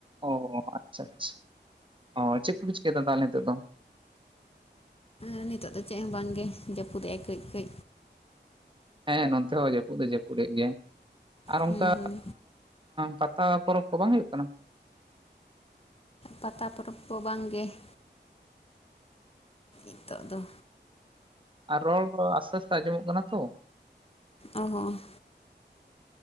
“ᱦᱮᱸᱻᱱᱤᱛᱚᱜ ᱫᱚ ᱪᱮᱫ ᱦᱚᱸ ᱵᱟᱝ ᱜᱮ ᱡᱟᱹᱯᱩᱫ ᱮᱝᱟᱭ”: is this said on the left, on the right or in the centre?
Left